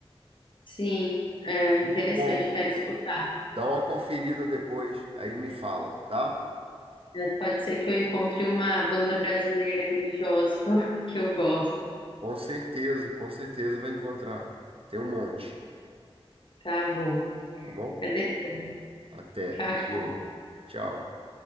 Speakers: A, on the left; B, on the right.
A: Sim, é interessante,
B: Muito bom.
A: quero escutar.
B: Dá uma conferida depois, aí me fala, tá?
A: É, Pode ser que eu encontre uma banda brasileira religiosa que eu que eu gosto.
B: Com certeza, com certeza vai encontrar. Tem um monte,
A: Tá bom.
B: tá bom?
A: Até depois.
B: Até.
A: Tchau, tchau.
B: Valeu. Tchau.